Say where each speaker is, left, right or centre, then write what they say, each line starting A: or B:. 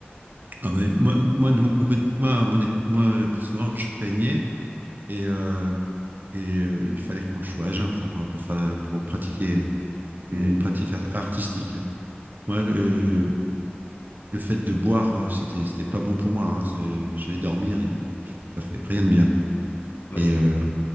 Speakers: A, on the right; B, on the left.
A: ah ben, moi, moi, de mon côté, moi, mon é- moi, souvent, je peignais. Et, euh, et euh, il fallait que moi je sois à jeun pour, euh, pour faire, euh, pour pratiquer euh, une
B: Mm.
A: une pratique ar- artistique. hein. Moi, euh, le fait de boire, euh, c'était, c'était pas bon pour moi. hein. C'est- J'allais dormir et voilà, je faisais pas fait, rien de bien.
B: Ouais,
A: Et
B: c'est-
A: euh,